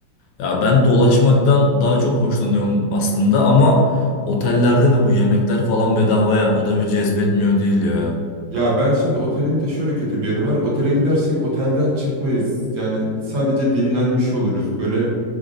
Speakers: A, on the left; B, on the right.
A: Ya ben dolaşmaktan daha çok hoşlanıyorum aslında ama otellerde de bu yemekler falan bedava ya. O da bir cezbetmiyor değil ya.
B: Ya ben şimdi otelin de şöyle kötü bir yanı var. Otele gidersek otelden çıkmayız. Yani sadece dinlenmiş oluruz. Böyle